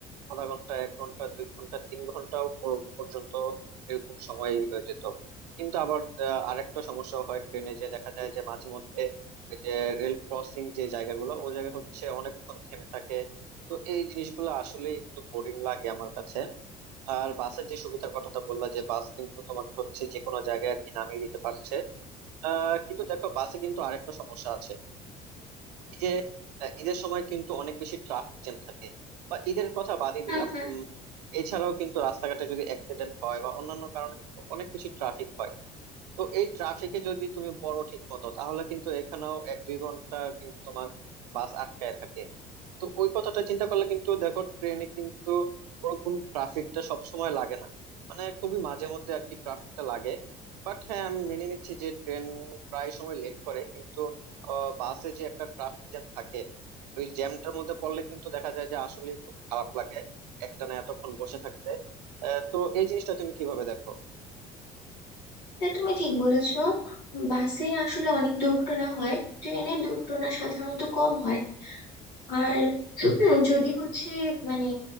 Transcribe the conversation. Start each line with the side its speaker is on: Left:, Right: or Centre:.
Right: আধা ঘন্টা এক ঘন্টা দুই ঘন্টা তিন ঘন্টাও প- পর্যন্ত এরকম সময় হয়ে যেত কিন্তু আবার আহ, আরেকটা সমস্যা হয় ট্রেনে যে দেখা যায় যে মাঝে মধ্যে এই যে রেল ক্রসিং যে জায়গাগুলো ওই জায়গা হচ্ছে অনেকক্ষণ থেমে থাকে তো এই জিনিসগুলো আসলে একটু বোরিং লাগে আমার কাছে আর বাসের যে সুবিধার কথাটা বললা যে বাস কিন্তু তোমাকে হচ্ছে যে কোনো জায়গায় আর কি নামিয়ে দিতে পারছে আহ, কিন্তু দেখো বাসে কিন্তু আরেকটা সমস্যা আছে এই যে আহ, ঈদের সময় কিন্তু অনেক বেশি ট্রাফিক জ্যাম থাকে বা ঈদের কথা বাদই
Left: হ্যাঁ
Right: দিলাম
Left: হ্যাঁ
Right: উম, এছাড়াও কিন্তু রাস্তাঘাটে যদি অ্যাক্সিডেন্ট হয় বা অন্যান্য কারণে কিন্তু অনেক বেশি ট্রাফিক হয় তো এই ট্রাফিকে যদি তুমি পড়ো ঠিক মতো তাহলে কিন্তু এখানেও এক দুই ঘন্টা কিন্তু তোমার বাস আটকায় থাকে তো ওই কথাটা চিন্তা করলে কিন্তু দেখো ট্রেনে কিন্তু ওরকম ট্রাফিকটা সব সময় লাগে না মানে খুবই মাঝে মধ্যে আর কি ট্রাফিকটা লাগে বাট হ্যাঁ আমি মেনে নিচ্ছি যে ট্রেন প্রায় সময় লেট করে কিন্তু আহ, বাসে যে একটা ট্রাফিক জ্যাম থাকে ওই জ্যামটার মধ্যে পড়লে কিন্তু দেখা যায় যে আসলে খুব খারাপ লাগে একটানা এতক্ষণ বসে থাকতে আহ, তো এই জিনিসটা তুমি কিভাবে দেখো
Left: এটা তুমি ঠিক বলেছো বাসে আসলে অনেক দুর্ঘটনা হয় ট্রেনে দুর্ঘটনা সাধারণত কম হয় আর <clears throat> যদি হচ্ছে মানে